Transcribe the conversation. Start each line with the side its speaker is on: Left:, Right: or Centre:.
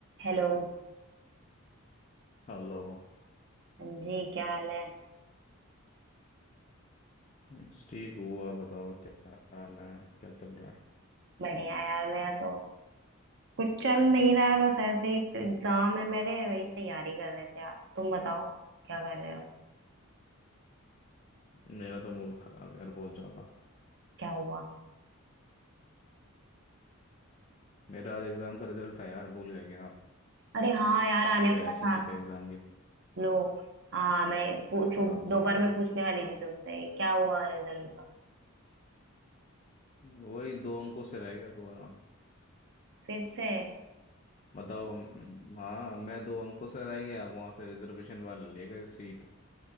Right: Hello
Left: Hello
Right: हाँ जी क्या हाल है
Left: बस ठीक हूँ आप बताओ क्या हाल है क्या चल रहा है
Right: बढ़िया यार मेरा तो कुछ चल नहीं रहा है बस ऐसे ही तो एग्जाम है मेरे वही तैयारी कर रहे थे आप तुम बताओ क्या कर रहे हो
Left: मेरा तो मूड खराब है यार बहुत ज़्यादा
Right: क्या हुआ
Left: मेरा आज एग्ज़ाम का रिजल्ट था यार भूल गए क्या आप
Right: अरे हाँ यार आने
Left: जो
Right: वाला
Left: एसएससी
Right: था
Left: का एग्ज़ाम दिया था
Right: लो हाँ मैं पूछ
Left: हाँ
Right: दोपहर
Left: हाँ
Right: में पूछने वाली थी तुमसे क्या हुआ रिजल्ट का
Left: वही दो अंकों से रह गया दोबारा
Right: फिर से
Left: बताओ म- हाँ मैं दो अंकों से रह गया वहाँ से रिजर्वेशन वाले ले गए सीट